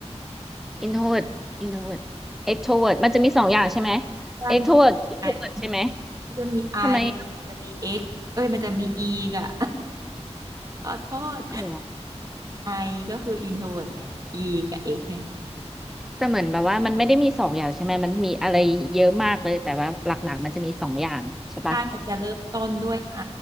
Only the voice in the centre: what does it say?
introvert introvert extrovert มันจะมีสองอย่างใช่ไหม
extrovert introvert
ใช่ไหม
ทำไม
อ๋อ
แต่เหมือนแบบว่ามันไม่ได้มีสองอย่างใช่ไหมมันมีอะไรเยอะมากเลยแต่ว่าหลักๆมันจะมีสองอย่างใช่ปะ